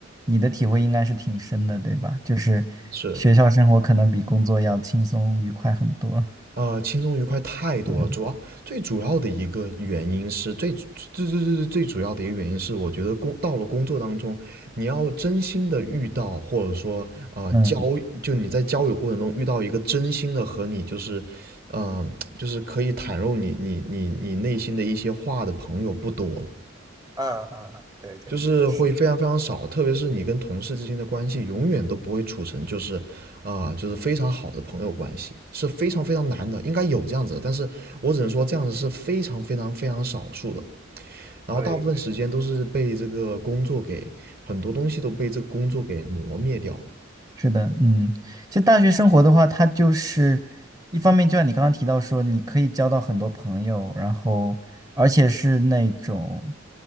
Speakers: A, on the right; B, on the right.
A: 你的体会应该是挺深的，对吧？就是学校生活可能比工作要轻松愉快很多。
B: 是。呃，轻松愉快太多了。
A: 嗯，
B: 主要最主要的一个原因是最最最最最最主要的一个原因是，我觉得工到了工作当中，你要真心的遇到，或者说呃交，
A: 嗯
B: 就你在交友过程中遇到一个真心的和你就是，呃，就是可以袒露你你你你内心的一些话的朋友不多了。
A: 嗯嗯，嗯，对对对，
B: 就是会非常非常少，
A: 是的，
B: 特别是你跟同事之间的关系，永远都不会处成就是啊、就是非常好的朋友关系，是非常非常难的。应该有这样子的但是我只能说这样子是非常非常非常少数的。然后大部分时间都是被这个工作给很多东西都被这个工作给磨灭掉了。
A: 对对。是的，嗯，其实大学生活的话，它就是一方面，就像你刚刚提到说，你可以交到很多朋友，然后而且是那种